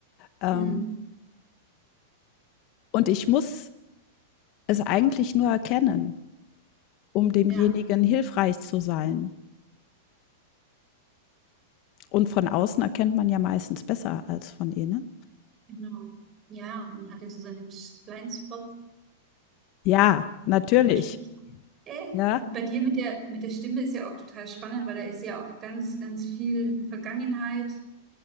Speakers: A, on the left; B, on the right.
A: Ähm,
B: mm,
A: und ich muss es eigentlich nur erkennen, um demjenigen
B: ja.
A: hilfreich zu sein. Und von außen erkennt man ja meistens besser als von innen.
B: Genau. Ja, man hat ja so seine Blindspots,
A: Ja, natürlich.
B: wo man spricht. Äh,
A: Ja,
B: und bei dir mit der, mit der Stimme ist ja auch total spannend, weil da ist ja auch ganz, ganz viel Vergangenheit.